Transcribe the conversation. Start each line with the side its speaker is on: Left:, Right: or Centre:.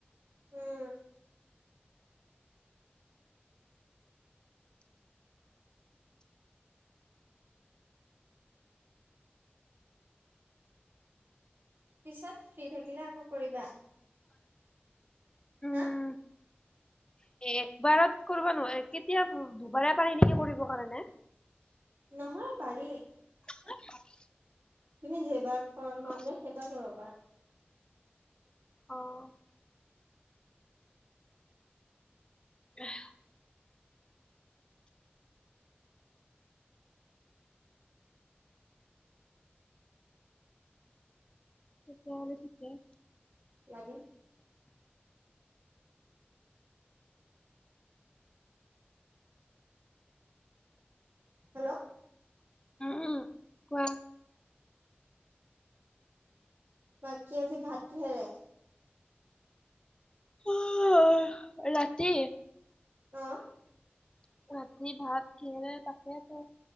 Right: উম পিছত ফ্ৰী থাকিলে আকৌ কৰিবা,
Left: উম
Right: হাঁ?
Left: একবাৰত কৰিব নোৱাৰ, কেতিয়া দুবাৰে পাৰি নেকি কৰিব কাৰণে।
Right: নহয়, পাৰি।
Left: <unintelligible>
Right: তুমি যেইবাৰ <unintelligible>
Left: অ
Right: মন যায় সেইবাৰ কৰিব পাৰা।
Left: অ'। <unintelligible> তেতিয়াহ'লে ঠিকে।
Right: লাগে। হেল্ল'!
Left: উম, কোৱা।
Right: বাকী, আজি ভাত কিহেৰে?
Left: <unintelligible> ৰাতি?
Right: অঁ।
Left: ৰাতি ভাত কিহেৰে তাকে আকৌ,